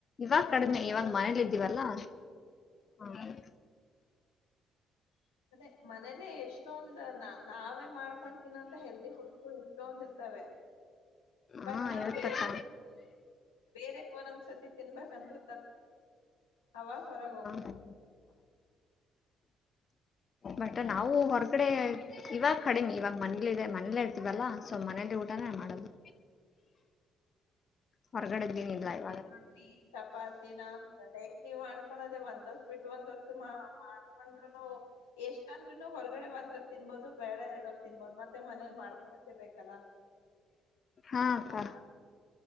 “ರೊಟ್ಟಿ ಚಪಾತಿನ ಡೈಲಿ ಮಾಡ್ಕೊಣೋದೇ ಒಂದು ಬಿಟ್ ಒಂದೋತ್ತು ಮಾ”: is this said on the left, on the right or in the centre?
Left